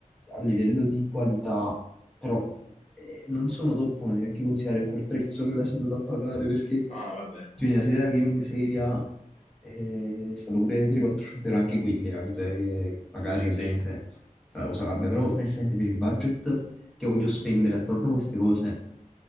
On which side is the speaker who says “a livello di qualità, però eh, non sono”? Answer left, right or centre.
Centre